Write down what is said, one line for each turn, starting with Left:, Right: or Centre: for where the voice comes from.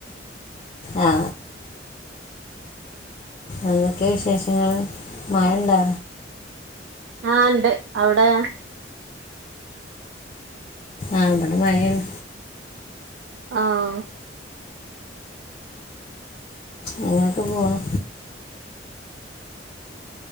Left: ആ ആ എന്തൊക്കെ വിശേഷങ്ങള് മഴ ഉണ്ടോ
Right: ആഹ് ഇണ്ട് അവിടെ
Left: ആഹ് ഇവടെ മഴേണ്
Right: ആഹ്
Left: ഇങ്ങനെയെക്കെ പോണു